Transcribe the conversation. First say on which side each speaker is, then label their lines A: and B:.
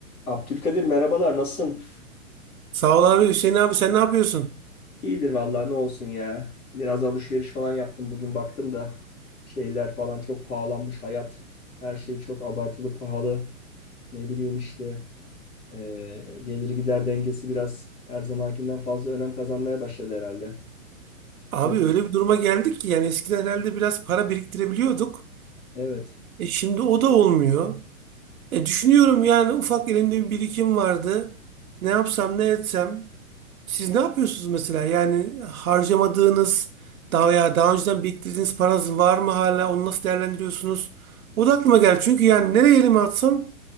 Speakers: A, on the left; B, on the right.
A: Abdülkadir merhabalar nasılsın?
B: Sağ ol abi. Hüseyin abi sen ne yapıyorsun?
A: İyidir vallahi ne olsun ya. Biraz alışveriş falan yaptım bugün baktım da şeyler falan çok pahalanmış hayat. Her şey çok abartılı pahalı. Ne bileyim işte eee, gelir gider dengesi biraz her zamankinden fazla önem kazanmaya başladı herhalde.
B: Abi
A: Ne-
B: öyle bir duruma geldik ki yani eskiden herhalde biraz para biriktirebiliyorduk.
A: Evet,
B: E şimdi o da olmuyor. E düşünüyorum yani ufak elimde bir birikim vardı. Ne yapsam ne etsem. Siz ne yapıyorsunuz mesela? Yani harcamadığınız daha veya daha önceden biriktirdiğiniz paranız var mı hala? Onu nasıl değerlendiriyorsunuz? O da aklıma geldi. Çünkü yani nereye elimi atsam